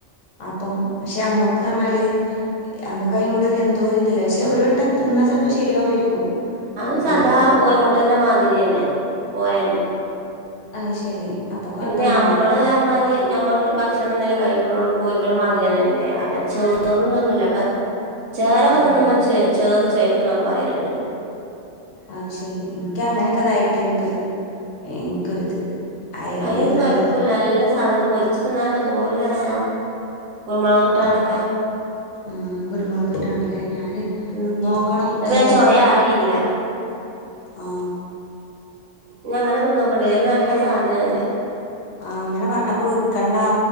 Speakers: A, on the left (about 75°); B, on the right (about 80°).
A: അപ്പം പക്ഷെ അമ്മക്ക് പറഞ്ഞാല് നമ്മക്ക് അതിനോട് ഒരു എന്തോരിതില്ല പക്ഷെ ഒരു വെട്ടം തിന്നാ ചിലപ്പോ ശരിയാവുമായിരിക്കും
B: അത് സാദാ
A: ഏഹ് ഒരു-
B: കോഴിമുട്ടേന്റെ മാതിരി തന്നെ പോയന്നെ
A: ആ ശരി അപ്പൊ കൊഴപ്പുണ്ടാവൂലല്ലേ
B: പിന്നെ നമ്മള് പറഞ്ഞാല് ഞമ്മള് ഭക്ഷണം ഇന്നലെ കഴി കോഴിക്കള മാതിരി തന്നെല്ലേ അല്ലാതെ ചോറും തിന്നൂല്ലപ്പെ ചോറക്കെ
A: ആ
B: തിന്നുമ്പം ച് ചോറ് ചോയ്ക്കുന്നൊക്കെ പറയലിണ്ട്
A: അത് ശരി എനിക്കങ്ങനെക്കെതായിട്ട് എനിക്കൊര് എനിക്കൊരിത് <unintelligible>
B: അതിനൊരു
A: ഇവിടെ
B: കുഴപ്പമില്ല നല്ല സാധനം പൊരിച്ച് തിന്നാനൊക്കേ എന്തോര് രസാ കുരുമുളക് ഇട്ടാണ്ടൊക്കെ
A: എന്ത് ആ കുരുമുള് ഇട്ടാണ്ട് ല്ലെ ഞാന്
B: ഉം
A: നോക്കണം
B: ന്നാ പിന്നെ
A: ഏതാലും
B: ചൊയ അറിയില്ല
A: ആ
B: ഞാ അങ്ങനെ തിന്നോക്കോണ്ടി ഇത് നല്ല സാധനം അല്ലേ
A: ആ അങ്ങനെ പറഞ്ഞപ്പോ വിക്കണ്ടാ